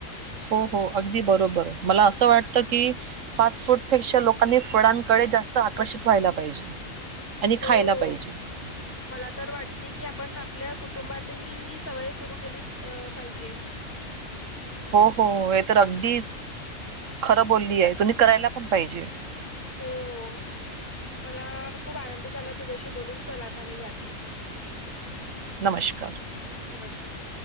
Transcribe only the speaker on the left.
हो
हो
मला तर वाटतंय की आपण आपल्या कुटुंबातही, ही सवय सुरू केलीच पाहिजे.
हो हो मलाआ खूप आनंद झाला तुझ्याशी बोलून, चल आता मी जाते.
नमष्कार.